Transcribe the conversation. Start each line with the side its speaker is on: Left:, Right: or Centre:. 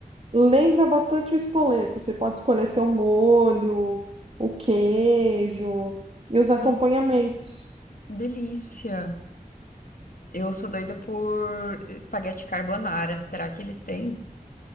Right: Lembra bastante o Espoleto. Você pode escolher seu molho, o queijo e os acompanhamentos.
Left: Nossa, delícia. Eu sou doida por espaguete carbonara. Será que eles têm?